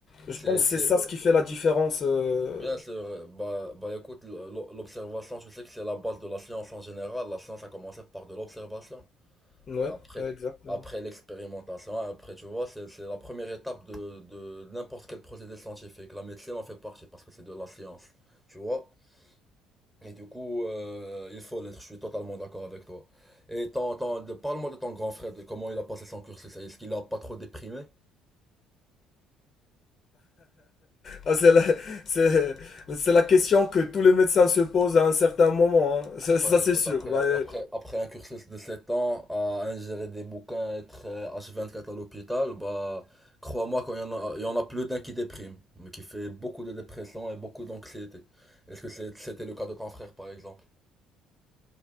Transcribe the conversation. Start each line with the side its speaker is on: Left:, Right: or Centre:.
Centre: c'est,
Left: Je pense
Centre: c'est-
Left: que c'est ça ce qui fait la différence. euh,
Centre: bien sûr, euh, bah, bah écoute, l- l- l'observation, tu sais que c'est la base de la science en général, la science a commencé par de l'observation,
Left: Ouais,
Centre: et après,
Left: ouais, exactement.
Centre: après l'expérimentation, après, tu vois, c'est, c'est la première étape de, de n'importe quel procédé scientifique, la médecine en fait partie, parce que c'est de la science, tu vois? Et du coup, euh, il faut l'être, je suis totalement d'accord avec toi. Et ton, ton, de- parle-moi de ton grand frère, de comment il a passé son cursus. Est-ce qu'il a pas trop déprimé?
Left: Ah, c'est la, c'est- c'est la question que tous les médecins se posent à un certain moment, hein. Ça, ça,
Centre: Bah
Left: c'est
Centre: écoute,
Left: sûr.
Centre: après,
Left: Bah, euh,
Centre: après, après un cursus de 7 ans à ingérer des bouquins, être euh, H24 à l'hôpital, bah crois-moi qu'il y en a, il y en a plus d'un qui déprime, mais qui fait beaucoup de dépression et beaucoup d'anxiété. Est-ce que c'est- c'était le cas de ton frère par exemple?